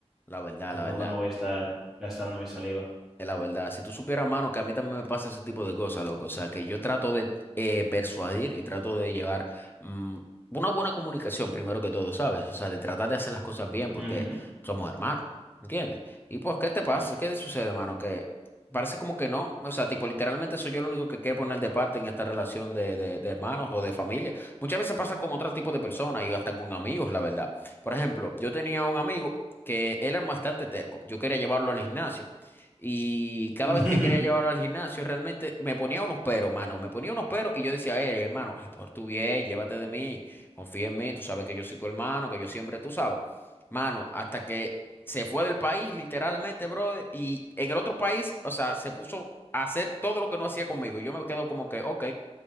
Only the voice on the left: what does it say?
La verdad,
la verdad.
Es la verdad, si tú supieras, mano, que a mí también me pasa ese tipo de cosas, loco. O sea, que yo trato de eh, persuadir y trato de llevar mm, una buena comunicación, primero que todo, ¿sabes? O sea, de tratar de hacer las cosas bien porque
somos hermanos, ¿entiendes? Y pues, ¿qué te pasa?
¿Qué te sucede, mano? Que parece como que no. O sea, tipo, literalmente soy yo el único que quiere poner de parte en esta relación de, de, de hermanos o de familia. Muchas veces pasa con otros tipos de personas y hasta con amigos, la verdad. Por ejemplo, yo tenía un amigo que él era bastante terco. Yo quería llevarlo al gimnasio. Y cada
vez
que quería llevarlo al gimnasio, realmente me ponía unos peros, mano. Me ponía unos peros y yo decía, a hermano, es por tu bien, llévate de mí, confía en mí, tú sabes que yo soy tu hermano, que yo siempre, tú sabes. Mano, hasta que se fue del país, literalmente, brother, y en el otro país, o sea, se puso a hacer todo lo que no hacía conmigo. yo me quedo como que, ok.